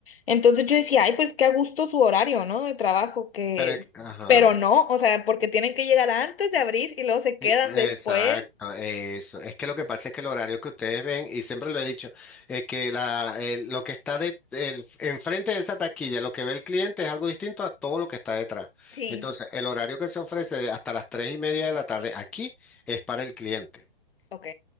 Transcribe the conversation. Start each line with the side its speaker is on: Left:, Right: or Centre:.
Left: Entonces yo decía, ay, pues qué a gusto su horario, ¿no? De trabajo, que...
Centre: Pero, es que- ajá.
Left: Pero no, o sea, porque tienen que llegar antes de abrir y luego se quedan
Centre: Y-
Left: después.
Centre: Exacto, eso. Es que lo que pasa es que el horario que ustedes ven, y siempre lo he dicho, es que la, el- lo que está de, el- enfrente de esa taquilla, lo que ve el cliente es algo distinto a todo lo que está detrás.
Left: Sí,
Centre: Entonces, el horario que se ofrece de hasta las tres y media de la tarde aquí es para el cliente.
Left: ok.